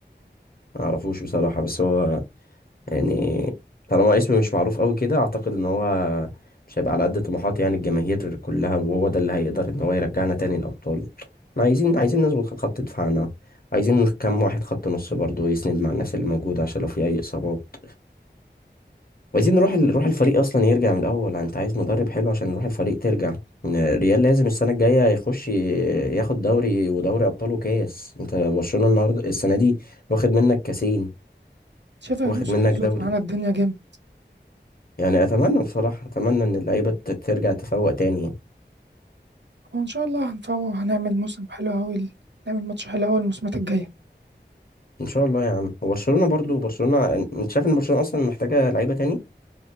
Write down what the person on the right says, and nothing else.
شايف الونسو
هيظبط
معانا الدنيا جامد
وان شاء الله هنفوق وهنعمل موسم حلو اوي نعمل ماتش حلو اوي الموسمات الجايه